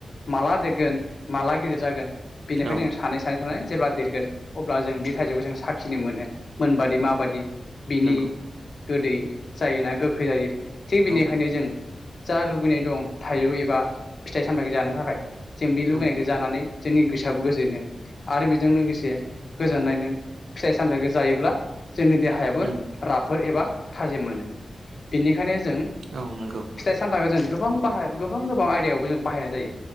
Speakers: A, on the left; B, on the right.
A: माला देरगोन माला गिदिर जागोन बेनिफाय
B: औ
A: दोङो सानै सानै सानै जेब्ला देरगोन अब्ला जों बे थाइजौखौ जों साखिनो मोनो मोनबादि माबादि बिनि
B: नंगौ
A: गोदै जायोना गोखै जायो। थिग बेनिखायनो
B: औ
A: जों जा लुुगैनाय दं थाइजौ एबा फिथाइ सामथाइ जानो थाखाय। जों बे लुगैनायखो
B: औ
A: जानानै जोंनि गोसोआबो गोजोनो आरो बेजों लोगोसे गोजोननायनो फिथाइ सामथाइखो जायोब्ला जोंनि देहायाबो
B: उम
A: राफोद एबा थाजिम मोनो बेनिखायनो जों
B: औ नंगौ
A: फिथाइ सामथाखौ जों गोबां बाहाय गोबां गोबां आयदायावबो जों बाहायनाय जायो